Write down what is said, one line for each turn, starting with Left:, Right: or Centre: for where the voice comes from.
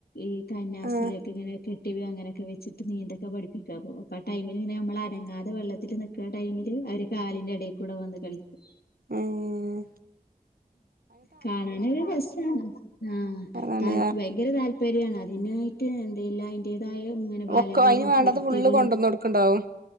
Left: ഈ കന്നാസിലൊക്കെങ്ങനെക്കെ
Right: ആഹ്
Left: <unintelligible> അങ്ങനൊക്കെ വെച്ചിട്ട് നീന്തക്കാം പഠിപ്പിക്കാം പോ അപ്പോ ആ ടൈമിൽ ഇങ്ങനെ മ്മളനങ്ങാതെ വെള്ള തില്നിക്കണ ടൈമില് അവര് കാലിന്റെ ഇടീക്കുടെ വെന്ന് കളിക്കും
Right: ഏഹ്
Left: കാണാനോര് റസാണ് ആ
Right: അതാണ്
Left: താൽ വയങ്കര താല്പ പ്പേരിയാണ് അതിനായിട്ട് ഇതില്ലാത്ത വളകളും
Right: ഒക്കെ അയിന് വേണ്ടത്
Left: കുർഥികളും
Right: ഫുള്ള് കൊണ്ടന്നൊടുക്ക്ണ്ടാവും